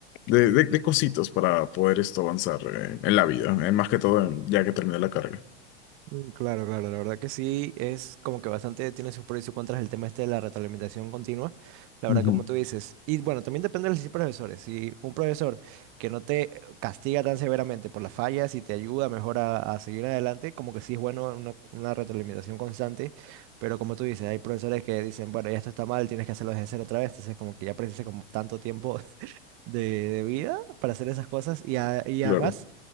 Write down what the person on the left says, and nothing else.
de, de, de cositas para poder esto avanzar eh, en, la vida, eh, más que todo en- ya que terminé la carrera.
Ujú.
Claro.